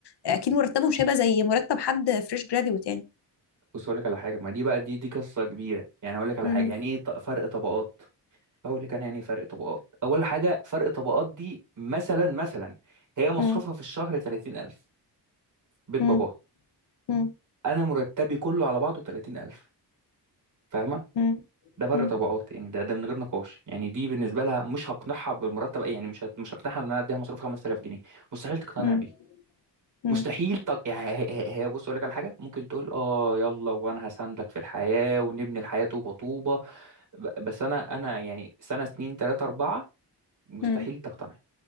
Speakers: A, on the left; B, on the right.
A: أكيد مرتبه مش هيبقى زي مرتب حد فريش جراديوت يعني
B: بص اقول لك على حاجه ما دي بقى دي دي قصه كبيره يعني اقول لك على
A: امم
B: حاجه يعني ايه ط- فرق طبقات اقول لك انا يعني إيه فرق طبقات اول حاجه فرق طبقات دي مثلا مثلا هي مصروفها
A: امم
B: في الشهر 30000 بيت
A: امم
B: باباها
A: امم
B: انا مرتبي كله على بعضه 30000 فاهمه
A: امم
B: ده فرق
A: إمم،
B: طبقات يعني ده ده من غير نقاش يعني دي بالنسبه لها مش هقنعها بالمرتب يعني مش هت- مش هقنعها ان انا اديها مصروف 5000 جنيه مستحيل تقتنع
A: إمم.
B: بيه
A: مم.
B: مستحيل تق... يعني هي هي- هي- بص اقول لك على حاجه ممكن تقول اه يلا وانا هساندك في الحياه ونبني الحياه طوبه طوبه ب- بس انا انا يعني سنه اتنين تلاته اربعه مستحيل
A: مم.
B: تقتنع